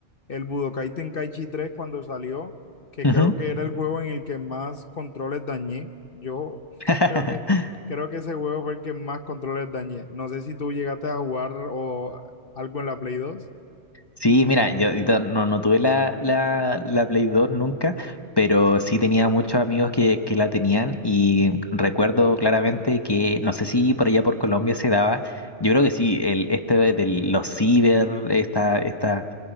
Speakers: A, on the left (about 50°); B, on the left (about 25°).
A: el Budokai Tenkaichi tres cuando salió, que
B: Ujú.
A: creo que era el juego en el que más controles dañé. Yo
B: <laughs>
A: <laughs> creo que, creo que ese juego fue el que más controles dañé. No sé si tú llegaste a jugar o algo en la Play dos
B: Sí, mira, yo yo ta- no, no tuve la, la, la Play dos nunca, pero sí tenía muchos amigos que, que la tenían y recuerdo claramente que, no sé si por allá por Colombia se daba, yo creo que sí, el, este de los ciber, esta, esta,